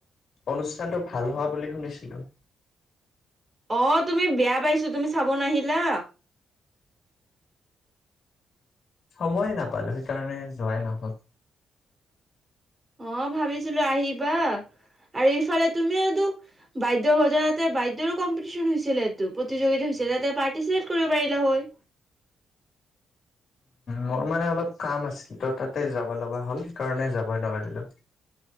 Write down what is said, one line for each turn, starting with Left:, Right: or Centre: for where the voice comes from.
Left: অনুষ্ঠানটো ভাল হোৱা বুলি শুনিছিলো।
Right: অ' তুমি বেয়া পাইছো তুমি চাব নাহিলা।
Left: সময় নাপালো সেইকাৰণে যোৱাই নহ'ল।
Right: অ' ভাবিছিল আহিবা, আৰু ইফালে তুমিয়োতো বাদ্য বজোৱাটো বাদ্য কম্পিটিচন হৈছিল টো প্ৰতিযোগিতা হৈছিল তাতে পৰ্তিচিপেত কৰিব পাৰিলা হয়।
Left: মোৰ মানে অলপ কাম আছিল তো তাতে যাব লগা হ'ল সেইকাৰণে যাবই নোৱাৰিলো।